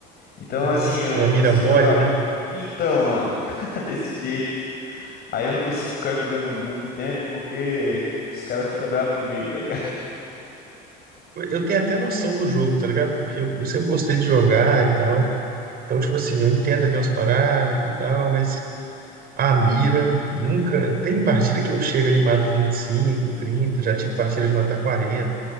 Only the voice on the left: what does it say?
Então, assim,
eu
não
consigo
jogar.
Então, mano, <laughs> desse jeito. Aí eu não consigo ficar jogando muito tempo porque os caras ficam bravos comigo, tá